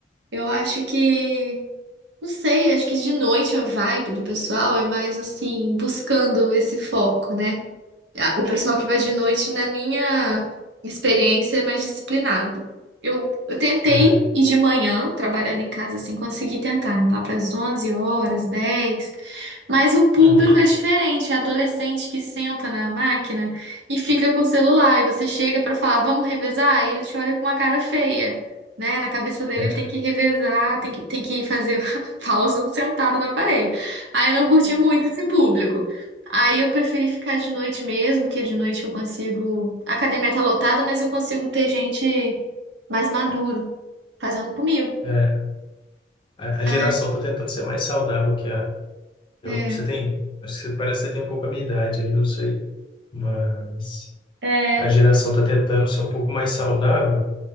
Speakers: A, on the right; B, on the left.
A: Eu acho que, não sei, acho que de noite a vibe do pessoal é mais assim, buscando esse foco, né? Ah, O pessoal que vai de noite, na minha experiência, é mais disciplinado. Eu, eu tentei
B: É,
A: ir de manhã, trabalhando em casa, assim, consegui tentar, né, lá para as 11 horas, dez mas o público
B: uhum,
A: é diferente, é adolescente que senta na máquina e fica com o celular, e você chega para falar, vamos revezar, e ele te olha com uma cara feia, né? Na cabeça dele
B: é,
A: ele tem que revezar, tem que, tem que fazer <laughs> pausa sentado na parede. Aí eu não curti muito esse público. Aí eu preferi ficar de noite mesmo, porque de noite eu consigo. A academia tá lotada, mas eu consigo ter gente mais maduro fazendo comigo.
B: é. A, a
A: Ah,
B: geração está tentando ser mais saudável que a. Eu,
A: é.
B: você tem. Acho que você, parece que você tem um pouco a minha idade ali, não sei. Mas
A: É.
B: a geração está tentando ser um pouco mais saudável,